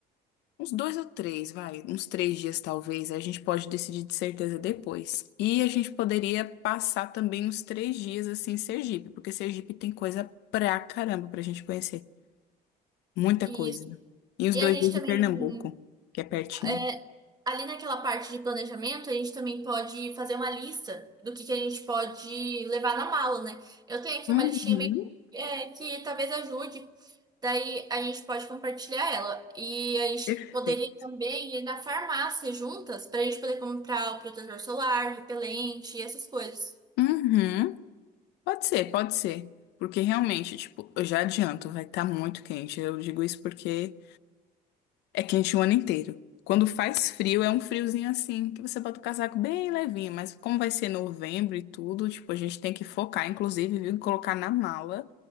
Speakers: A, on the left (about 90°); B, on the right (about 25°).
A: Uns dois ou três, vai, uns três dias talvez. A gente pode decidir de certeza depois. E a gente poderia passar também uns três dias assim em Sergipe, porque Sergipe tem coisa pra caramba pra gente conhecer. Muita
B: Isso.
A: coisa. E os
B: E
A: dois
B: a gente
A: dias
B: também
A: de Pernambuco, que é pertinho.
B: É, ali naquela parte de planejamento, a gente também pode fazer uma lista do que, que a gente pode levar na mala, né? Eu tenho aqui
A: Uhum.
B: uma listinha bem, é, que talvez ajude. Daí a gente pode compartilhar ela. E a gente
A: Perfeito.
B: poderia também ir na farmácia juntas para a gente poder comprar o protetor solar, repelente, essas coisas.
A: Uhum. Pode ser, pode ser. Porque realmente, tipo, eu já adianto, vai estar muito quente. Eu digo isso porque. É quente o ano inteiro. Quando faz frio, é um friozinho assim, que você bota o casaco bem levinho, mas como vai ser novembro e tudo, tipo, a gente tem que focar, inclusive, viu, em colocar na mala